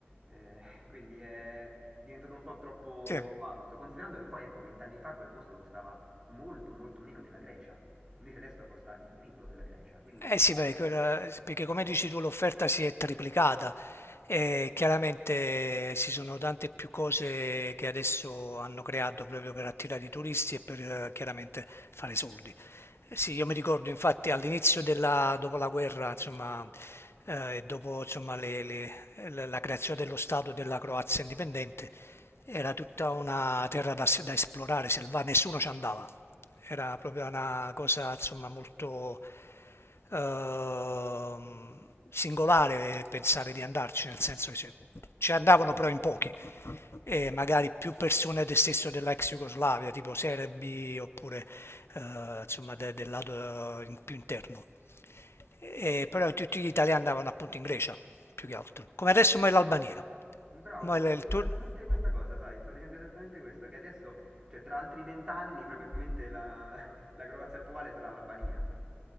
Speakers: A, on the right; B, on the left.
A: Eh, quindi è diventato un po' troppo
B: Sì,
A: alto, considerando che poi ecco vent'anni fa quel posto costava molto molto meno della Grecia, invece adesso costa il triplo della Grecia, quindi in
B: Eh
A: 20
B: sì, perché, quella- perché come dici tu l'offerta si è triplicata e chiaramente ci sono tante più cose che adesso hanno creato proprio per attirare i turisti e per eh, chiaramente fare soldi. Eh Sì, io mi ricordo infatti all'inizio della, dopo la guerra, insomma, eh, e dopo insomma, le- le- la la creazione dello Stato della Croazia indipendente, era tutta una terra da, s- da esplorare, selva, nessuno ci andava. Era proprio una cosa, insomma, molto ehm, singolare pensare di andarci, nel senso che ci- ci andavano però in pochi e
A: anni.
B: magari più persone del stesso della ex Jugoslavia, tipo serbi oppure eh, insomma de- del lato eh, in- più interno. E,
A: <laughs>
B: però tutti gli italiani andavano appunto in Grecia, più che altro. Come adesso mo è l'Albania.
A: Bravo,
B: Mo
A: ti sto
B: è l-
A: dicendo
B: il, tur-
A: esattamente questa cosa, sai, ti sto dicendo esattamente questo, che adesso, cioè tra altri vent'anni probabilmente la, la Croazia attuale sarà l'Albania.